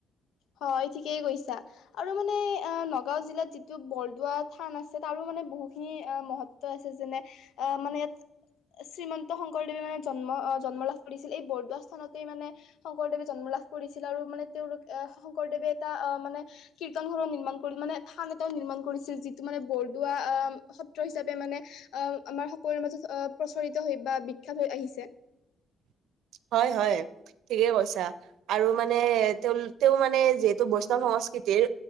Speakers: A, on the left (about 75°); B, on the right (about 90°).
A: হয় ঠিকেই কৈছা আৰু মানে নগাও জিলাত যিটো বৰদোৱাত থান আছে তাৰো মানে বহুখিনি আহ মহত্ব আছে যেনে অ মানে ইয়াত শ্ৰীমন্ত শংকৰদেৱে মানে জন্ম জন্ম লাভ কৰিছিল এই বৰদোৱা স্থানতেই মানে শংকৰদেৱে জন্ম লাভ কৰিছিল আৰু মানে তেওঁলোক আহ শংকৰদেৱে এটা অ মানে কীৰ্তন ঘৰও নিৰ্মাণ কৰি মানে থান এটাও নিৰ্মাণ কৰিছিল যিটো মানে বৰদোৱা সত্ৰ হিচাপে মানে অ আমাৰ সকলোৰে মাজত প্ৰচৰিত হৈ বা বিখ্যাত হৈ আহিছে।
B: <inaudible> হয় হয়। ঠিকে কৈছা আৰু মানে তেওঁ তেওঁ মানে যিহেতু বৈষ্ণৱ সংস্কৃতিৰ